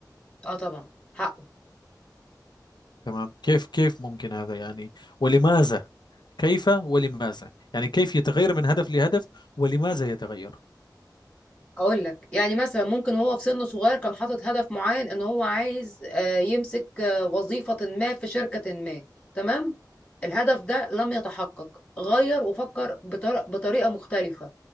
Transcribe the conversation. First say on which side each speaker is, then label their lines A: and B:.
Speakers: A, on the left; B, on the left.
A: اه طبعا حقه
B: تمام كيف كيف ممكن هذا يعني ولماذا كيف ولماذا يعني كيف يتغير من هدف لهدف ولماذا يتغير
A: هقول لك يعني مثلا ممكن وهو في سن صغير كان حاطط هدف معين ان هو عايز آه، يمسك آه، وظيفة ما في شركة ما تمام الهدف ده لم يتحقق غير وفكر بطر- بطريقة مختلفة